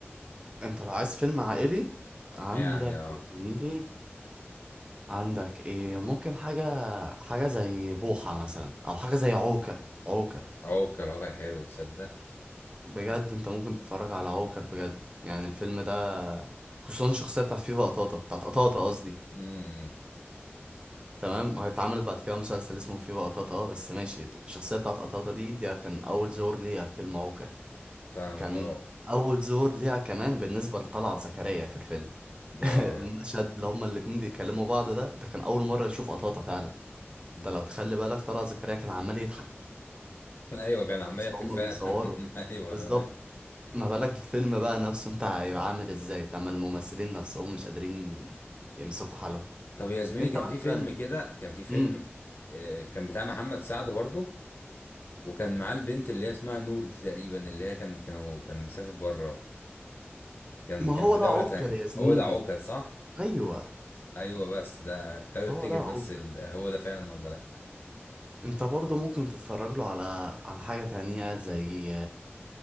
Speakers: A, on the right; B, on the left.
A: انت لو عايز فيلم عائلي عندك
B: يعني اه
A: يا زميلي عندك ايه ممكن حاجة حاجة زي بوحة مثلا او حاجة زي عوكل عوكل
B: اه كان الواقع حلو تصدق
A: بجد انت ممكن تتفرج على عوكل بجد يعني الفيلم ده خصوصا الشخصية بتاعت فيفا قطاطا بتاعت قطاطا قصدي
B: امم
A: تمام اتعملت بعد كده مسلسل اسمه فيفا قطاطا اه بس ماشي الشخصية بتاعت قطاطا دي دي كان أول زور ليها في الموكل
B: فاهمك
A: كان
B: اه
A: أول زور ليها كمان بالنسبة لطلعت زكريا في الفيلم <laughs>
B: اه آه.
A: المشهد اللي هما الاتنين بيكلموا بعض ده ده كان أول مرة يشوف قطاطا فعلا
B: مم.
A: انت لو تخلي بالك طلعت زكريا كان عمال يضحك
B: <laughs> ايوه كان عمال
A: بس
B: يضحك
A: هما
B: فعلا
A: بيصوروا
B: <laughs> ايوه
A: بالظبط
B: انا فاهم
A: ما بالك الفيلم بقى نفسه انت هيبقى عامل ازاي لما الممثلين نفسهم مش قادرين يمسكوا حالهم
B: طب يا زميلي
A: انت
B: كان في فيلم
A: مثلا
B: كده كان في فيلم
A: مم.
B: آه، كان بتاع محمد سعد برضه وكان معاه البنت اللي هي اسمها نور دي تقريبا اللي هي كان كانوا كان مسافر بره كان
A: ما
B: كان
A: هو
B: في
A: ده
B: دولة
A: عوكل
B: تانية
A: يا زميلي
B: هو ده عوكل صح؟
A: ايوه
B: ايوه بس ده كنت عايز افتكر
A: هو ده عوجل
B: بس ال... هو ده فعلا ولا لا
A: انت برضه ممكن تتفرج له على على حاجة تانية زي